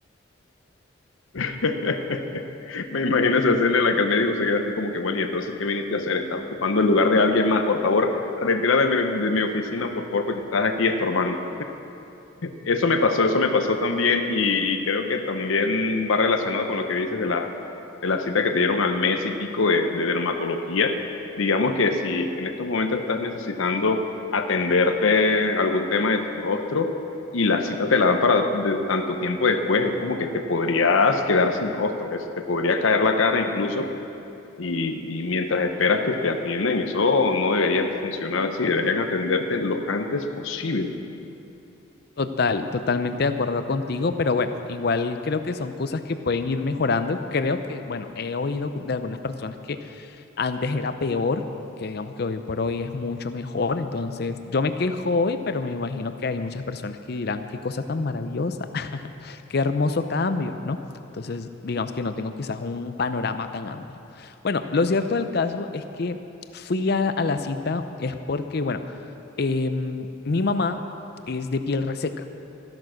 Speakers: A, on the left; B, on the left.
A: <laughs> Me imagino esa escena en la que el médico se queda así como que, bueno, y entonces, ¿qué viniste a hacer? Estás ocupando el lugar de alguien más, por favor, retírate de mi, de mi oficina, por favor, porque estás aquí estorbando. Eso me pasó, eso me pasó también y, y creo que también va relacionado con lo que dices de la, de la cita que te dieron al mes y pico de, de dermatología. Digamos que si en estos momentos estás necesitando atenderte algún tema de tu rostro y la cita te la dan para de- tanto tiempo después, es como que te podrías quedar sin rostro, ¿eh? Se te podría caer la cara incluso y, y mientras esperas que te atienden, eso no debería funcionar así, deberían atenderte lo antes posible
B: Total, totalmente de acuerdo contigo, pero bueno, igual creo que son cosas que pueden ir mejorando. Creo que, bueno, he oído de algunas personas que Antes era peor, que digamos que hoy por hoy es mucho mejor. Entonces, yo me quejo hoy, pero me imagino que hay muchas personas que dirán, qué cosa tan maravillosa, <laughs> qué hermoso cambio, ¿no? Entonces, digamos que no tengo quizás un panorama tan amplio. Bueno, lo cierto del caso es que fui a, a la cita es porque, bueno, em, mi mamá es de piel reseca.